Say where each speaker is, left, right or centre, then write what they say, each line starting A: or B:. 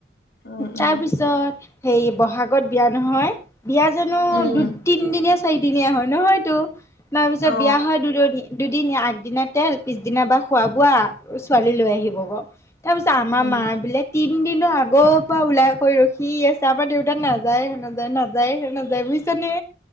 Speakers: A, on the left; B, on the left.
A: উম উম
B: তাৰপিছত- সেই বহাগত বিয়া নহয়, বিয়া জেনো
A: উম।
B: দুট- তিনিদিনীয়া চাৰিদিনীয়া হয় নহয়তো, তাৰপিছত
A: অ
B: বিয়া হয় দুদনী- দুদিনীয়া, আগদিনা তেল পিছদিনা বা খোৱা বোৱা ছোৱালী লৈ আহিব গ। তাৰ পিছত আমাৰ
A: উম।
B: মাঁ বিলেক- তিনিদিনৰ আগৰ পৰা ওলাইকৈ ৰখি আছে, আমাৰ দেউতাক নাযায় হেনো জানা। যায় হে নাযায় বুজিছা নে।